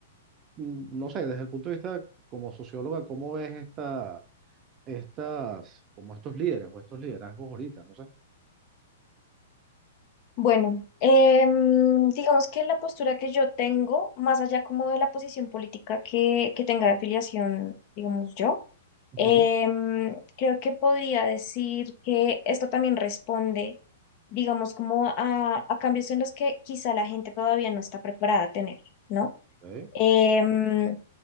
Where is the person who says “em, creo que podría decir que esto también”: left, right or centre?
Left